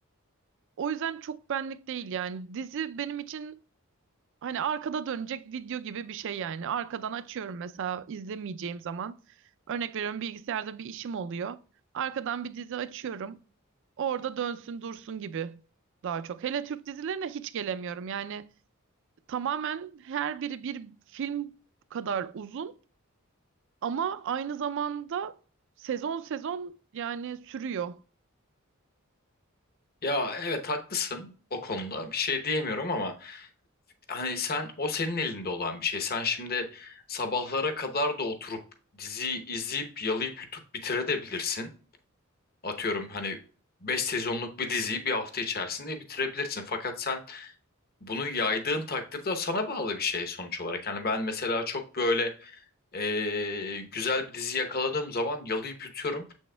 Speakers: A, on the right; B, on the left.
A: O yüzden çok benlik değil yani. Dizi benim için hani arkada dönecek video gibi bir şey yani. Arkadan açıyorum mesela izlemeyeceğim zaman. Örnek veriyorum bilgisayarda bir işim oluyor. Arkadan bir dizi açıyorum. Orada dönsün dursun gibi daha çok. Hele Türk dizilerine hiç gelemiyorum. Yani Tamamen her biri bir film kadar uzun ama aynı zamanda sezon sezon yani sürüyor.
B: Ya evet haklısın o konuda bir şey diyemiyorum ama hani sen o senin elinde olan bir şey. Sen şimdi sabahlara kadar da oturup diziyi izleyip yalayıp yutup bitirebilirsin. Atıyorum hani 5 sezonluk bir diziyi bir hafta içerisinde bitirebilirsin. Fakat sen bunu yaydığın takdirde o sana bağlı bir şey sonuç olarak. Yani ben mesela çok böyle ee, güzel bir dizi yakaladığım zaman yalayıp yutuyorum.